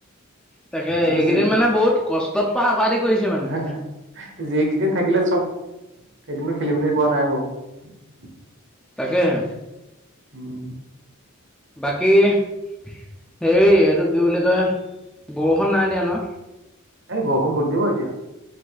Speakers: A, in the centre; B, on the right.
A: তাকে
B: কিন্তু
A: এইকেইদিন
B: যি,
A: মানে বহুত কষ্টত পাৰ কৰা দি কৰিছে মানে
B: হে হ যিকেইদিন থাকিলে চ। এদিনো খেলিমেলি কৱা নাই বাৰু।
A: তাকেহে।
B: উম।
A: বাকী। হেৰি, এইটো কি বুলি কয় বৰষুণ নাই দিয়া ন?
B: এই বৰষুণ ক'ত দিব এতিয়া।